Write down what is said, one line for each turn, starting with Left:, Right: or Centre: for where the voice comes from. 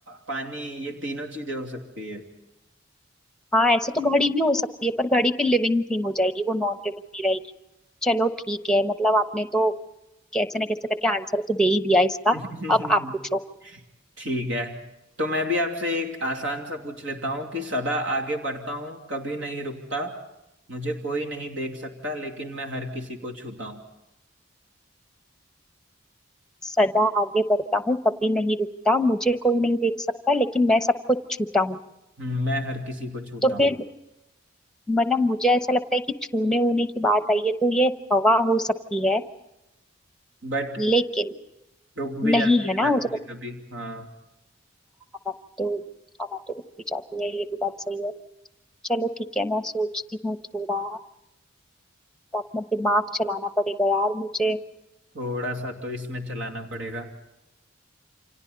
Right: पानी ये तीनों चीजें हो सकती है
Centre: हाँ ऐसे तो घड़ी भी हो सकती है पर घड़ी फिर लिविंग थिंग हो जाएगी वो नॉन लिविंग नहीं रहेगी चलो ठीक है मतलब आपने तो कैसे ना कैसे करके आंसर तो दे ही दिया इसका
Right: <laughs>
Centre: अब आप पूछो
Right: ठीक है तो मैं भी आपसे एक आसान सा पूछ लेता हूँ कि सदा आगे बढ़ता हूँ कभी नहीं रुकता मुझे कोई नहीं देख सकता लेकिन मैं हर किसी को छूता हूँ
Centre: सदा आगे बढ़ता हूँ कभी नहीं रुकता मुझे कोई नहीं देख सकता लेकिन मैं सबको छूता हूँ
Right: हम्म, मैं हर किसी को छूता
Centre: तो
Right: हूँ
Centre: फिर मतलब मुझे ऐसा लगता है कि छूने ऊने की बात आई है तो ये हवा हो सकती है
Right: बट
Centre: लेकिन
Right: रुक भी जाती
Centre: नहीं है
Right: है
Centre: ना
Right: ना
Centre: मुझे
Right: कभी
Centre: पता
Right: कभी हाँ
Centre: हवा तो हवा तो रुक भी जाती है ये भी बात सही है चलो ठीक है मैं सोचती हूँ थोड़ा तो अपना दिमाग चलाना पड़ेगा यार मुझे
Right: थोड़ा सा तो इसमें चलाना पड़ेगा